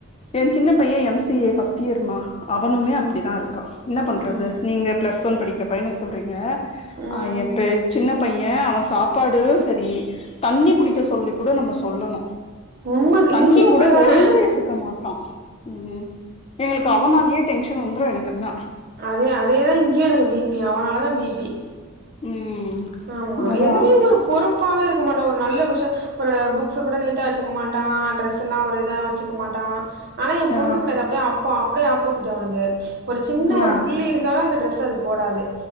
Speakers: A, on the left; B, on the right.
A: எ சின்ன பைய எம் சி ஏ ஃபர்ஸ்ட் இயர்மா அவனுமே
B: ம்
A: அப்டிதா இருக்கா என்ன பண்றது
B: ம்
A: நீங்க பிளஸ் ஒன் படிக்கிற பையனுக்கு சொல்றீங்க
B: ம்
A: ஆ எப்பெ சின்னப் ன பைய அவ சாப்பாடு சரி தண்ணி குடிக்க சொல்லி கூட நம்ம சொல்லணு
B: உண்ம
A: தண்ணி
B: இங்கயு அப்டிதான
A: கூட ஒழுங்கா எடுத்துக்க மாட்டா ம் எங்களுக்கு அவனாலயே டென்ஷன் வந்துடு எனக்குன்னா
B: அதே அதேதா இங்கயு எனக்கு பி பி அவனால தா பி பி
A: ம்
B: ஆமா
A: அதா
B: எதுலேயு ஒரு பொறுப்பாவே இருக்க மாட்டா ஒரு நல்ல விஷயோ ஒரு புக்ஸ கூட நீட்டா வச்சுக்க மாட்டா ட்ரெஸ்ல்லா ஒரு இதா வச்சுக்க மாட்டா ஆனா ஏ பொண்ணு
A: ஆ
B: கெடயாது அப்டியே அப்ப அப்டியே ஆப்போசிட் அவனுக்கு ஒரு சின்ன ஒரு
A: ஆ
B: புள்ளி அ இருந்தாலு அந்த ட்ரெஸ்ஸ அது போடாது